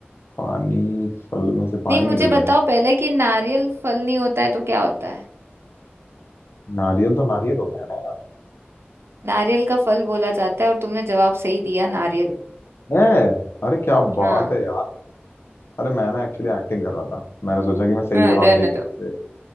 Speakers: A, on the left; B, on the right.
A: पानी फल में से पानी
B: नहीं मुझे
A: निकल
B: बताओ
A: रहा है ना
B: पहले कि नारियल फल नहीं होता है तो क्या होता है
A: नारियल तो नारियल होता है ना यार
B: नारियल का फल बोला जाता है और तुमने जवाब सही दिया नारियल
A: है अरे क्या बात
B: हाँ
A: है यार, अरे मैं ना एक्चुअली एक्टिंग कर रहा था मैंने सोचा कि मैं सही
B: हाँ
A: जवाब
B: रहने
A: दे के
B: दो
A: ऐसे